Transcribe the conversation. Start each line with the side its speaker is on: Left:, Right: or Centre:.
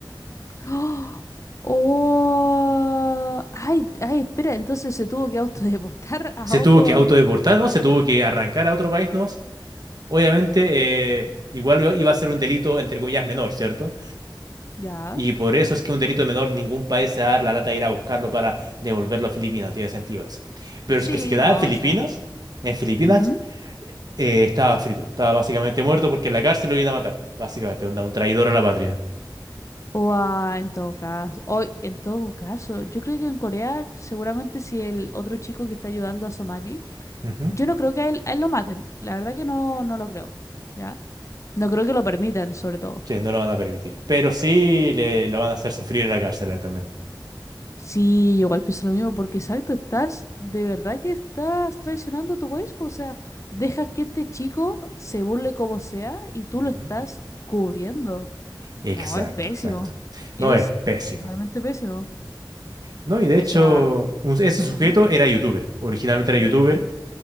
Left: <gasps> ¡Ah! ¡Oh! Ay, ay, espera, entonces se tuvo que autodeportar <laughs> a
Right: Se
Left: otro.
Right: tuvo que autodeportar, ¿no? Se tuvo que arrancar a otro país nomás. Obviamente, eh, igual iba iba a ser un delito, entre comillas, menor, ¿cierto?
Left: Ya.
Right: Y por eso es que un delito menor, ningún país se va a dar la lata de ir a buscarlo para devolverlo a Filipinas, no tiene sentido eso. Pero
Left: Sí,
Right: es que se quedaba
Left: no,
Right: en Filipinas,
Left: o sea.
Right: en Filipinas,
Left: ujú.
Right: eh, estaba frito, estaba básicamente muerto porque en la cárcel lo iban a matar, básicamente, onda, un traidor a la patria.
Left: O a, en todo caso. Hoy, en todo caso, yo creo que en Corea, seguramente si el otro chico que está ayudando a Somali,
Right: Ujú.
Left: yo no creo que a él, a él lo maten. La verdad que no, no lo creo. ¿Ya? No creo que lo permitan, sobre todo.
Right: Sí, no lo van a permitir, pero sí le, lo van a hacer sufrir en la cárcel a él también.
Left: Sí, yo igual pienso lo mismo, porque exacto, estás, de verdad que estás traicionando a tu país, po, o sea, dejas que este chico se burle como sea y tú
Right: Ujú.
Left: lo estás cubriendo.
Right: Exacto,
Left: No, es pésimo,
Right: exacto.
Left: es
Right: No es pésimo.
Left: realmente pésimo.
Right: No, y de
Left: O
Right: hecho,
Left: sea,
Right: un- ese sujeto
Left: Ujú.
Right: era youtuber, originalmente era youtuber,